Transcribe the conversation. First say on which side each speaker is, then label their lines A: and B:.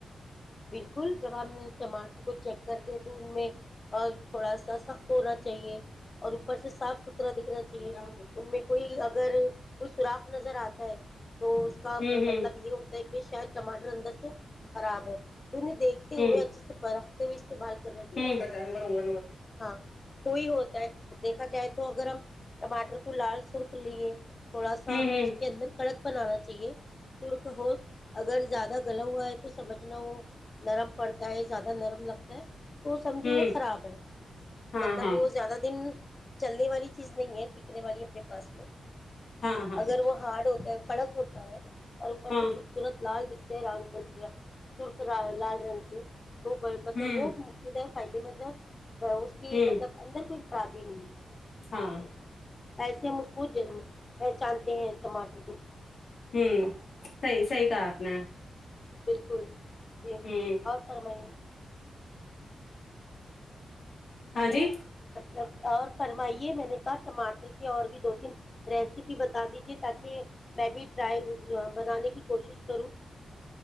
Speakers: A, on the left (about 35°); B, on the left (about 65°).
A: بالکل جب ہم ٹماٹر کو چیک کرتے ہیں تو ان میں اور تھوڑا سا سخت ہونا چاہیے اور اوپر سے صاف ستھرا دکھنا چاہیے
B: ہوں
A: ان میں کوئی اگر کچ س راخ نظر آتا ہے تو اس کا
B: ہوں
A: مطلب یہ ہوتا ہے کہ شاید ٹماٹر اندر سے خراب ہے توہیں دیکھتے ہوئے
B: ہوں
A: اچھے سے پا <inaudible> است بال کرنااہ
B: ہوں
A: ہاں وہی ہوتا ہے دیکھا جائے تو اگر ہم ٹماٹر کو لال سرخ لیے تھوڑا سا
B: ہوں
A: اس کے اندر کڑک بنانا چاہیے سرخ ہو اگر زیادہ گلا ہوا ہے تو سمجھنا ہو نرم پڑتا ہے زیادہ نرم لگتا ہے تو سمجھو
B: ہوں ہوں
A: وہ خراب ہے
B: ہاں
A: مطلب
B: ہاں ہوں ہاں ہاں
A: وہ زیادہ دن چلنے والی چیز نہیں ہے نے والی اپنے پاس میں
B: ہاں ہاں
A: اگر وہ ہارڈ ہوتا ہے کڑک ہوتا ہے اور اوپر
B: ہاں
A: سے خوبصورت لال دکھتے ہیں را سرخ ل جن کی تو مطلب
B: ہوں
A: وہ مکد فائد مندہ اس کی
B: ہوں
A: مطلب اندر کوئی خرابی نہیں ہے
B: ہاں
A: ایسے ہم اس کو پہچانتے ہیں ٹماٹر کو
B: ہوں سی سی کہا اپ نے
A: بالکل جی
B: ہوں
A: اور فرمائیے
B: ہاں جی
A: ل اور فرمائیے میں نے کہا ٹماٹر کی اور بھی دو تین ریسیپی بتا دیجے تاکہ میں بھی ٹرائی بنانے کی کوشش کرو